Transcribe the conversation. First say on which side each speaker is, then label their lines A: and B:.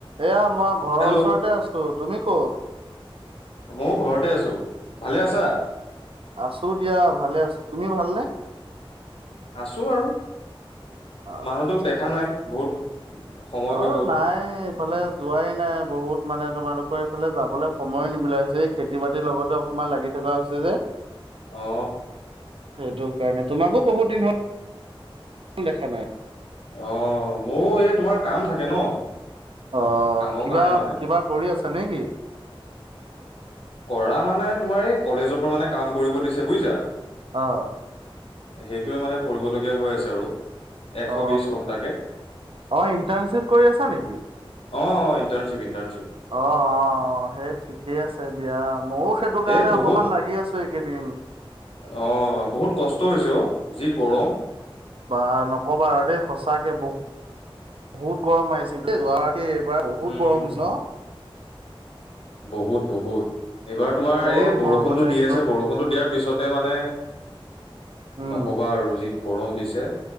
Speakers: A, on the right (about 70°); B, on the left (about 80°).
A: এয়া মই ঘৰৰ
B: হেল্ল'
A: ওচৰতে আছো তুমি কত?
B: ময়ো ঘৰতে আছো। ভালে আছা?
A: আছো দিয়া ভালে আছো তুমি ভালনে?
B: আছো আৰু
A: অ
B: মানুহটোক
A: ঠিকে
B: দেখা নাই
A: আছে।
B: বহুত সময়
A: অ
B: হৈ গ'ল
A: নাই এইফালে যোৱাই নাই বহুত মানে তোমালোক ফালে যাবলৈ সময় নিমিলা হৈছে এই খেতি বাতিৰ লগতে অকমান লাগি থকা হৈছে যে।
B: অ
A: সেইটো কাৰণে তোমাকো বহুত দিন হল কোন দেখা নাই-
B: অ মোৰো এই তোমাৰ কাম থাকে ন
A: অ
B: কামৰ
A: কিবা
B: কাৰণে মানে
A: কিবা কৰি আছা নে কি?
B: কৰা মানে তোমাৰ এই কলেজৰ পৰা মানে কাম কৰিব দিছে বুইছা।
A: অহ।
B: সেইটোৱে মানে কৰিবলগীয়া হৈ আছে আৰু এশ
A: অ
B: বিশ ঘন্টাকে
A: অ ইণ্টাৰ্ণশ্বিপ কৰি আছা নেকি?
B: অ ইণ্টাৰ্নশ্বিপ ইণ্টাৰ্নশ্বিপ
A: অ অ সেই ঠিকেই আছে দিয়া ময়ো সেইটো কাৰণে
B: এই বহুত
A: অকমান লাগি আছো এইকেইদিন
B: অ বহুত কষ্ট হৈছে অ যি গৰম
A: বা নকবা আৰু দেই সঁচাকে বহুত বহুত গৰম মাৰিছে ত এইবাৰ বহুত
B: উম
A: গৰম হৈছে ন
B: বহুত বহুত এইবাৰ তোমাৰ
A: গৰমৰ
B: এই বৰষুণটো
A: মানে
B: দি
A: একদম
B: আছে বৰষুণটো দিয়াৰ পিছত ত মানে
A: উম,
B: নকবা আৰু যি গৰম দিছে।